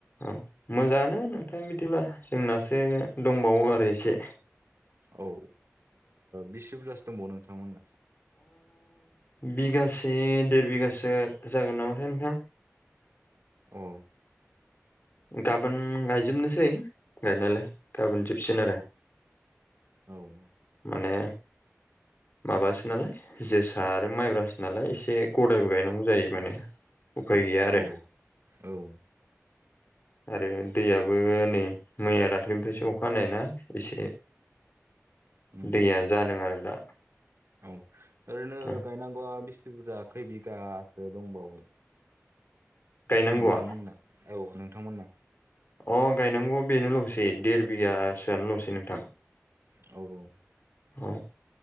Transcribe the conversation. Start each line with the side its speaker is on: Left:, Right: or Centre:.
Left: औ मोजाङानो नोंथां बिदिब्ला जोंनासो दंबावो आरो एसे।
Right: औ बिसि बुरजासो दंबावो नोंथांमोना?
Left: बिगासे देर बिगासो जागोन नामाथाय नोंथां?
Right: औ।
Left: गाबोन गायजोबनोसै गायनायालाय गाबोन जोबसिन आरो।
Right: औ।
Left: माने माबासो नालाय। जोसा आरो माइब्रासो नालाय एसे गदायबो गायनांगौ जायो माने। उफाय गैया आरो।
Right: औ औ
Left: आरो दैयाबो नै मैया दाख्लैनिफ्रायसो अखाहानायानाय नो एसे
Right: उम
Left: दैया जादों आरो दा
Right: औ ओरैनो
Left: औ
Right: गायनांगौआ बेसे खै बुरजा खै बिघासो दंबावो
Left: गायनांगौआ
Right: नोंथांमोनना औ नोंथांमोनना
Left: अ गायनांगौआ बेनोल'सै देर बिगासोआनोल'सै नोंथां
Right: औ औ
Left: औ